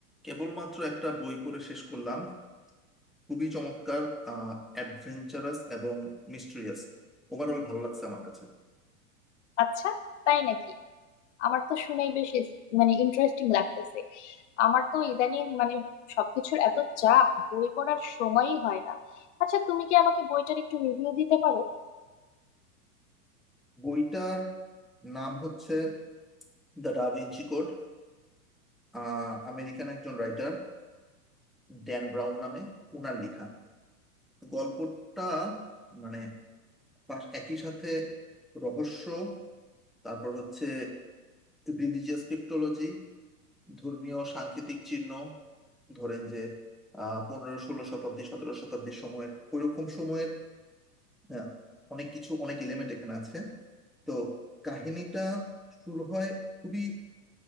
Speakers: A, in the centre; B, on the left.
A: কেবলমাত্র একটা বই পড়ে শেষ করলাম খুবই চমৎকার আহ অ্যাডভেঞ্চারাস এবং মিস্ট্রিয়াস ওভারঅল ভালো লাগছে আমার কাছে
B: আচ্ছা তাই নাকি আমার তো শুনেই বেশ ইস- মানে ইন্টারেস্টিং লাগতেছে আমার তো ইদানিং মানে সবকিছুর এত চাপ বই পড়ার সময়ই হয় না আচ্ছা তুমি কি আমাকে বইটার একটু রিভিউ দিতে পারো
A: বইটার নাম হচ্ছে দ্য ডা ভিঞ্চি কোড আহ আমেরিকান একজন রাইটার ড্যান ব্রাউন নামে ওনার লেখা গল্পটা মানে পাশ- একই সাথে রহস্য তারপর হচ্ছে রিলিজিয়াস ক্রিপ্টোলজি ধর্মীয় সাংকেতিক চিহ্ন ধরেন যে আহ পনেরো ষোলো শতাব্দী সতেরো শতাব্দীর সময়ের ওইরকম সময়ের আহ, অনেক কিছু অনেক এলিমেন্ট এখানে আছে তো কাহিনীটা শুরু হয় খুবই